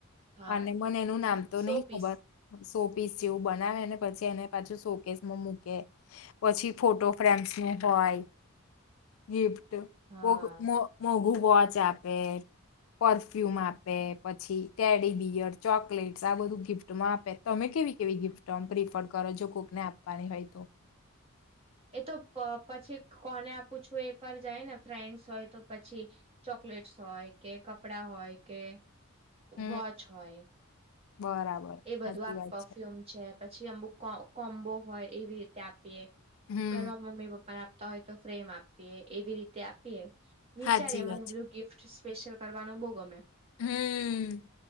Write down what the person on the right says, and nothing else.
હા
સો
પીસ
હા
એ તો પ-પછી કોને આપું છું એ પર જાય ને ફ્રેન્ડ્સ હોય તો પછી ચોક લેટસ હોય કે કપડા હોય કે
વોચ હોય
એ બધું
આ
પરફ્યુમ છે પછી અંબુક કો-કોમ્બો હોય એવી રીતે આપ પીએ
ઘર માં મમ્મી પપ્પા ને આપતા હોય તો ફ્રેમ આપીએ એવી રીતે આપીએ વિચારી
મને
બલું ગિફ્ટ સ્પેશિયલ કરવાનું બહુ ગમે.